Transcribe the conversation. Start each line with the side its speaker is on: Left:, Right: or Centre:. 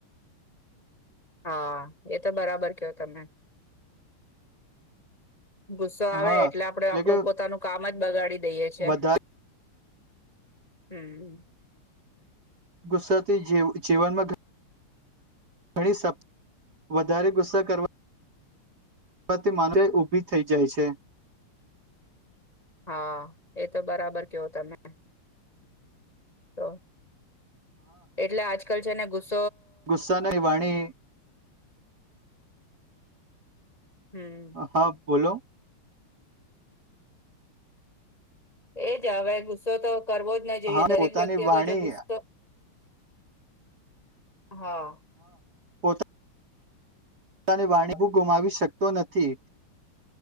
Left: હા એ તો બરાબર કયો તમે ગુસ્સો આવે
Right: હા
Left: એટલે આપડે આપડું
Right: કે
Left: પોતાનું કામ મ બગાડી દઈએ છે.
Right: વધારે
Left: હમ્મ.
Right: ગુસ્સાથી જીવનમાં ઘણી સ વધારે ગુસ્સા કરવા તે માત્ર ઊભી થઈ જાય છે.
Left: હા એ તો બરાબર કેવો તમે તો એટલે આજકાલ છે ને ગુસ્સ
Right: ગુસ્સા નહી વાણી
Left: હમ
Right: હા. બોલો.
Left: એ જ હવે ગુસ્સો તો કરવો જ ના જઈએ
Right: હા
Left: દરેક
Right: પોતાની
Left: વ્યક્તિ અગર
Right: વાણી
Left: જો ગુસ્સો હા.
Right: પોતા પોતાની વાણી ગુમાવી શકતો નથી